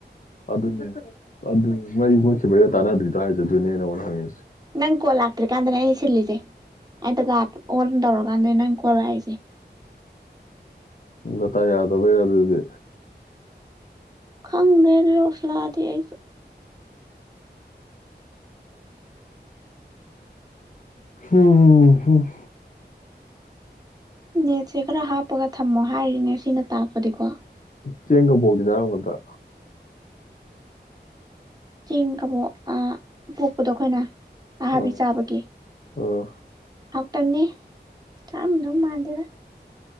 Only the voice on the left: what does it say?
ꯑꯗꯨꯅꯦ ꯑꯗꯨꯅꯤ ꯃꯣꯏ ꯃꯣꯏꯁꯦ ꯕꯌꯥ ꯇꯥꯟꯅꯗ꯭ꯔꯤꯗꯣ ꯍꯥꯏꯁ ꯑꯗꯨꯅꯦ ꯑꯩꯅꯉꯣꯟꯗ ꯍꯪꯉꯁꯤ
ꯏ ꯇꯥꯏ ꯌꯥꯗꯕ ꯌꯥꯔꯗꯤ
ꯍꯝꯝꯝ
ꯆꯦꯒ ꯄꯗꯗ
ꯑꯥ
ꯑꯥ